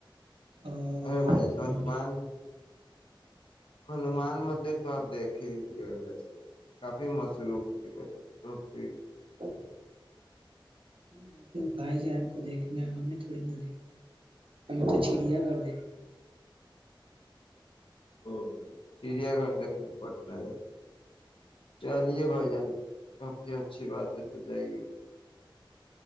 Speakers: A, on the right; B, on the left.
A: اور
B: ارے بھ جان تو
A: نہیں
B: مال ہنومان مندر تو آپ دیکھے گئے ویسے کافی مصروف کی وجہ تو پھر
A: <inaudible> نہیں بھائی بھائی جان کو دیکھنا ہمیں تھوڑی نہ دیکھنا ہمیں تو چڑیا گھر دیکھنا
B: او چڑیا گھر دیکنے پٹن ج چلیے بھائی جانفی اچھی بات ہے تو جائیے